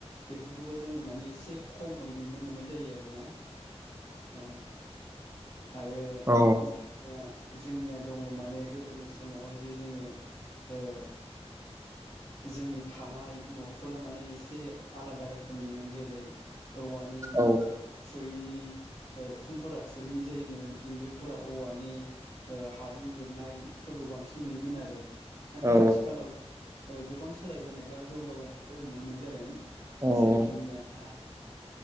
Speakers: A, on the left (about 80°); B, on the right (about 25°).
A: बेफोरखौबो जोङो माने एसे खमै नुनो मोननाय जायो आरोना। ओ आरो <unintelligible>
B: औ
A: जोंनिया दङ माने गोदोनि समावहाय जे जोङो ओ जोंनि थानाय न'फोरा माने एसे आलादा रोखोमनिमोन जेरै औवानि
B: औ
A: थुरिनि उखुमफोरा थुरिनि जायोमोन इन्जुरफोरा औवानि हाजों लिरनायफोरखौ बांसिन नुयोमोन आरो। नाथाय
B: औ
A: आथिखालाव गोबां सोलायबोनाय बा जौगाबोनाय जों नुनो मोननाय जादों।
B: औ
A: जेरै जोंनिया दा